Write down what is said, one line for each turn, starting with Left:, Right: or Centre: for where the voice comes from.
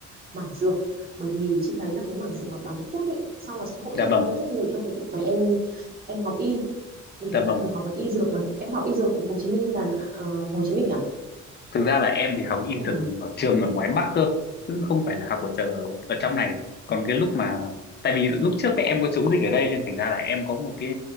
Right: mảng dược bởi vì chị thấy là cái mảng dược mà bán thuốc ấy sau nó sẽ hỗ
Left: dạ
Right: trợ
Left: vâng,
Right: cho em rất nhiều trong cái việc mà em em học y thì người
Left: dạ
Right: ta
Left: vâng.
Right: thường học là y dược mà em học y dược Hồ Chí Minh hay là à, à, Hồ Chí Minh à
Left: thực ra là em thì học y
Right: hay
Left: dược
Right: là
Left: ở ở trường ở ngoài Bắc cơ chứ không phải là học ở chờ ở trong này còn cái lúc mà tại vì lúc trước các em có chống dịch ở đây nên thành ra là em có một cái